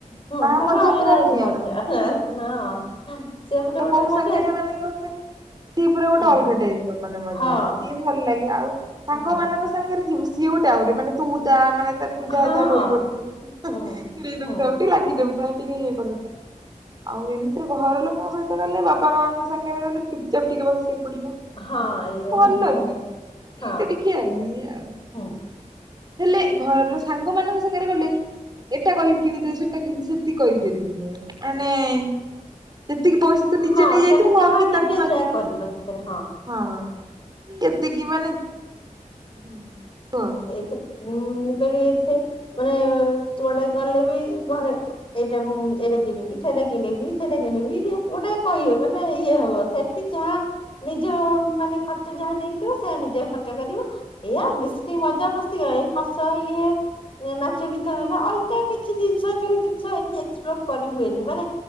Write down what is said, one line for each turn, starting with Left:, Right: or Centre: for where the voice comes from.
Left: ହଁ
Right: ତା
Left: ସବୁ
Right: ମଜା
Left: ଅଲଗା
Right: ପୁରା
Left: ଅଲଗା
Right: ନିଆରା
Left: ମଜା। ନା। ସେ
Right: ଘର
Left: ଗୋଟେ
Right: ଲୋକଙ୍କ
Left: ଗୋଟେ ମଜା।
Right: ସାଙ୍ଗରେ ମାନେ କଣ କହିଲୁ ସିଏ ପୁରା ଗୋଟେ
Left: ହଁ
Right: ଅଲଗା ଟାଇପ୍। ମାନେ ମଜା
Left: ହଁ
Right: ସିଏ ଭଲ ଲାଗେ ଆଉ। ସାଙ୍ଗ
Left: ହୁଁ।
Right: ମାନଙ୍କ ସାଙ୍ଗେ। ଯିବ ସି ଗୋଟେ ଆଉ ଗୋଟେ ମାନେ। ତୁ ତା ମାନେ ତାକୁ ଯାହା
Left: ହଁ
Right: ଯାହା
Left: ହଁ
Right: କହିପାରୁଥିବୁ
Left: ହୁଁ
Right: ଚିଡେଇ ଦଉଥାଉ
Left: ହୁଁ
Right: ଟିକେ ଲାଗି ଦଉଥା ଟିକେ ଇଏ କରୁଥା। ଆଉ ଏମିତିରେ ଘର ଲୋକ। ଙ୍କ ସହିତ ଗଲେ ବାପା ମାଆଙ୍କ ସାଙ୍ଗରେ ଗଲେ ଚୁପଚାପ ଟିକେ ବସି। ପଡିବ
Left: ହଁ ଏଇ
Right: ଭଲ
Left: ହଁ
Right: ବି ତା
Left: ହଁ
Right: ଏଇଟା ଟିକେ ଆଉ ଇଏ ଆଉ
Left: ହୁଁ
Right: ହେଲେ। ଘରର ସାଙ୍ଗ ମାନଙ୍କ ସାଙ୍ଗରେ ଗଲେ ଏଟା କହିି କିଣିଦେ ସେଟା କିଣିଦେ ସେତିକି କହିପାରିବୁନୁ ମାନେ। ଟିକେ ପଇସା ତୁ ନିଜେ
Left: ହଁ
Right: ନେଇଯାଇଥୁିବୁ
Left: ସେଇଟା ଯାହା
Right: ଆ କି
Left: ନିଜେ
Right: ତାକୁ ମାଗିକି
Left: ଯାହା କରିବ ସେଥିରେ ହଁ
Right: ହଁ। ଏତିକି ମାନେ ହୁଁ। କୁହ କୁହ
Left: ଏତ। ଉଁ ମୁଁ କହିଲି ଏଇଥିରେ ମାନେ ତୁଆଟେ ଗଲେ ବି ଘରେ ଏଇଟା ମୁ ଏଇଟା କିଣିବି ସେଇଟା କିଣିବି ସେଇଟା କିଣିବି ଗୋଟେ କହିବ ମାନେ ଇଏ ହବ ସେଠି ଯାହା ନିଜ ମାନେ ଖର୍ଚ ଯାହା ନେଇଥିବ ସେୟ ନିଜ ଖର୍ଚ୍ଚ କରିବ ଏଇଆ ବେଶୀ। ମଜା ମସ୍ତି କରେ ଏ ହସ ଇଏ ନାଚ ଗୀତ ହେଲା ଅଲପା କିଛି ଜିନିଷ ଯୋଉ ଜିନିଷ ଏଠି ଏକ୍ସପ୍ଲୋର କରି ହୁଏନି ମାନେ।